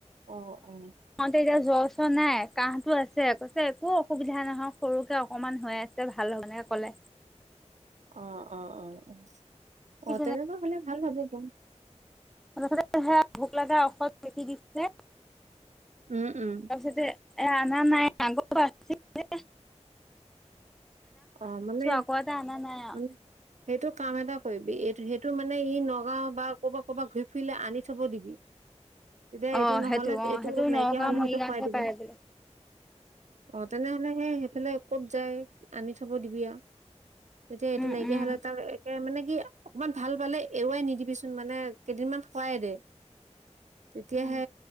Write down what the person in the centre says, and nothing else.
এতিয়া জ ছ নাই কাহতো আছে কৈছে একো অসুবিধা নহয় সৰুকে অকমান হয় আছে তে ভাল হেনে ক'লে।
ঠিক
তাপাছতে সেয়া ভোক লগা ঔষধ লেখি দিছে।
তাৰপিছতে এ আনা নাই আগ পা আছে জে।
আকৌ এটা অনা নাই আৰু
অ
সেইটো অ
সেইটো
নগাঁও
মৰিগাঁৱতহে
পাই বোলে
উম
উম
উম